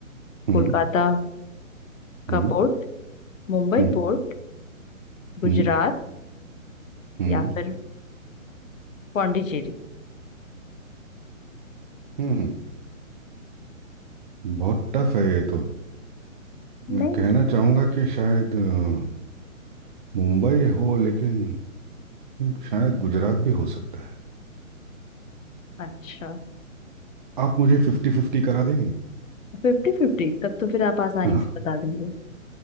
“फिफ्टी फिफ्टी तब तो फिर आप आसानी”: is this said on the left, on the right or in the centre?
Left